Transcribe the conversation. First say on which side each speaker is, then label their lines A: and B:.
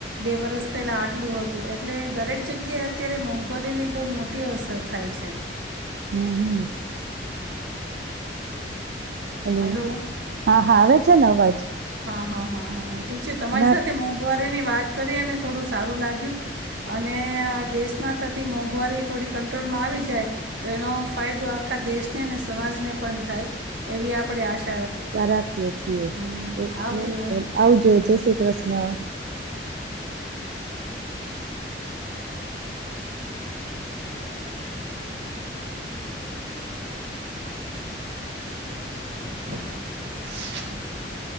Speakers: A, on the right (about 80°); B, on the right (about 60°).
A: બે વરસ પહેલાં આટલું હતું એટલે દરેક જગ્યાએ અત્યારે મોંઘવારીની બહુ મોટી અસર થાય છે.
B: હમ્મ, હમ્મ. હલો
A: હેલો
B: હા હા આવે છે ને અવાજ.
A: હા હા હા હા ઠીક છે તમારી
B: ના
A: સાથે મોંઘવાર રેની વાત કરીને થોડું સારું લાગ્યું અને આ દેશમાં થતી મોંઘવારી થોડી કંટ્રોલમાં આવી જાય તો એનો ફાયદો આખા દેશને અને સમાજને પણ થાય એવી આપડે આશા
B: શા રાખીએ છીએ.
A: હમ
B: ઓ
A: આવજો
B: હો ચલ આવજો, જય શ્રી કૃષ્ણ.
A: <inaudible>